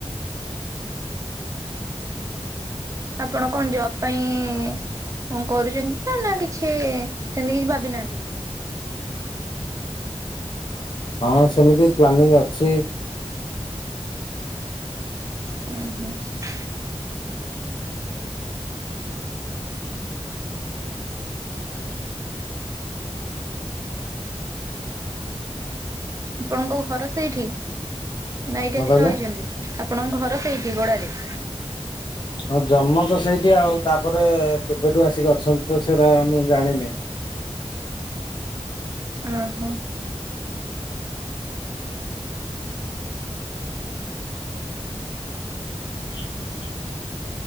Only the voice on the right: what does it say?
ଆପଣ କଣ ଜବ ପାଇଁ କଣ କରୁଛନ୍ତି ନା, ନା କିଛି ସେମିତି କିଛି ଭାବି ନାହାନ୍ତି?
<inaudible> ଆପଣଙ୍କ ଘର ସେଇଠି? ନା ଏଇଠି
ଆସିକି
ରହିଛନ୍ତି? ଆପଣଙ୍କ ଘର ସେଇଠି <unintelligible>
ଓହୋ।